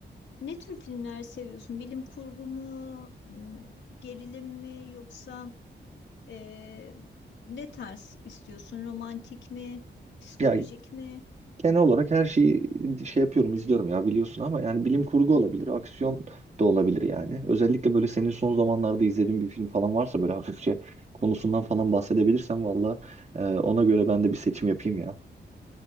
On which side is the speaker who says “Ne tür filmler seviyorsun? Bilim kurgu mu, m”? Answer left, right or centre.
Left